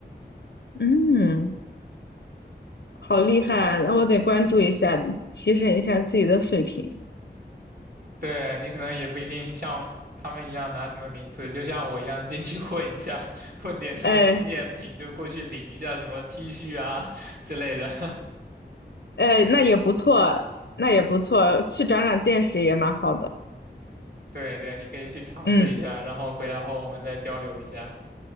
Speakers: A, on the left; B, on the right.
A: 嗯，好厉害啊，那我得关注一下，提升一下自己的水平。
B: 对，你可能也不一定像他们一样拿什么名字，就像我一样进去混一下，<laughs> 混点什么纪念品，
A: 哎
B: 就过去领一下什么 T 恤啊之类的。
A: 哎，那也不错，那也不错，去长长见识也蛮好的。
B: <laughs> 对对，你可以去尝试一下，
A: 嗯
B: 然后回来后我们再交流一下。